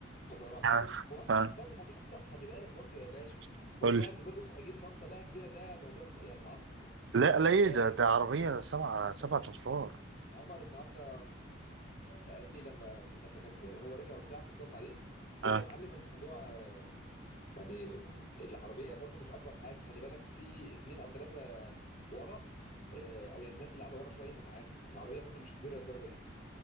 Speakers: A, on the left; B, on the right.
A: ما اصغره على
B: ها
A: الاخر هو الصح
B: ها
A: برضه موضوع الصح خلي بالك برضه يا باشا
B: <laughs>
A: موضوع
B: قول لي.
A: ان كل واحد هيجيب شنطه بقى كبيره ده موضوع م- يعني معصلك
B: لا ليه
A: خلي بالك
B: ده ده عربية سبعة سبعة أنفار
A: عمر النهارده قال لي لما لما كان هو راجع وبتاع فاتصلت عليه بيقول
B: ها
A: لي يا معلم الموضوع آه، يعني العربيه برضه مش اكبر حاجه خلي بالك في اتنين او ثلاثه ورا آه، او يعني الناس اللي قاعده ورا شويه هتعاني العربيه برضه مش كبيره للدرجه دي